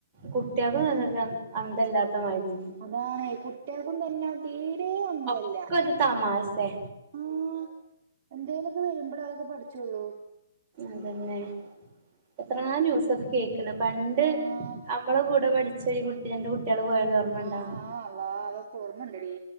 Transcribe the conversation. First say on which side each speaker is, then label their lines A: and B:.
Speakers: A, on the right; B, on the right.
A: കുട്ടേൾക്കും
B: എന്നിട്ട്
A: നല്ല അന്തല്ലാത്ത മാതിരി.
B: അതാണ്കുട്ടേൾക്കും തന്നെ തീരെ അന്തല്ല
A: ഒക്കരു തമാസേ.
B: ആഹ് എന്തേലൊക്കെ വരുമ്പള് ഓല ക്കെ പഠിച്ചൊള്ളൂ.
A: അതന്നെ എത്രങ്ങാനും ദിവസാണ് കേക്ക്ണ് പണ്ട്
B: ആഹ്
A: നമ്മളെ കൂടെ പഠിച്ച ഈ കുട്ടി രണ്ട് കുട്ടികള് പോയത്. ഓർമ്മണ്ടാ
B: ആഹ് ആ അതാ അതൊക്കെ ഓർമ്മണ്ടടീ